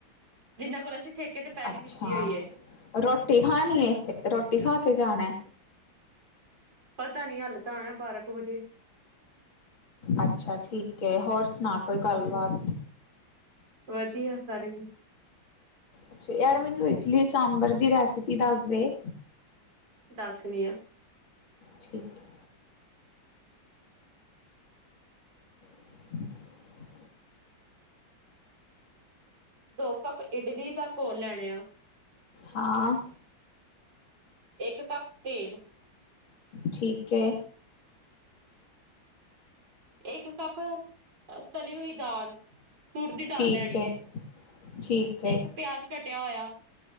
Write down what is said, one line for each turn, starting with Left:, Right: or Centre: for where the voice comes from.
Right: ਜਿਨਾਂ ਕੋਲ ਅਸੀਂ ਠੇਕੇ ਤੇ ਪਲੀ
Left: ਅੱਛਾ
Right: ਲਿੱਤੀ ਹੋਈਏ
Left: ਰੋਟੀ ਖਾਣੀ ਏ ਇੱਥੇ ਰੋਟੀ ਖਾ ਕੇ ਜਾਣਾ
Right: ਪਤਾ ਨੀ ਹੱਲ ਤਾਂ ਆਣਾ ਬਾਰਾਂ ਕੁ ਵਜੇ
Left: ਅੱਛਾ ਠੀਕ ਹੋਰ ਸੁਣਾ ਕੋਈ ਗੱਲਬਾਤ
Right: ਹਮ ਵਧੀਆ ਸਾਰੇ
Left: ਅੱਛਾ ਯਾਰ ਮੈਨੂੰ ਇਟਲੀ ਸਾਂਬਰ ਦੀ ਰੈਸਪੀ ਦੱਸ ਦੇ।
Right: ਦੱਸਦੀ ਆ।
Left: ਠੀਕ ਐ। <unintelligible>
Right: ਦੋ ਕੱਪ ਇਡਲੀ ਦਾ ਘੋਲ ਲੈਣੇ ਆ।
Left: ਹਾਂ।
Right: ਇੱਕ ਕੱਪ ਤੇਲ
Left: ਠੀਕ ਹੈ।
Right: ਇੱਕ ਕੱਪ ਤਲੀ ਹੋਈ ਦਾਲ ਤੁਰ ਦੀ ਦਾਲ
Left: ਠੀਕ
Right: ਲੈਣੀ
Left: ਹੈ
Right: ਆ
Left: ਠੀਕ ਹੈ
Right: ਇੱਕ ਪਿਆਜ ਕੱਟ ਕਟਿਆ ਹੋਇਆ,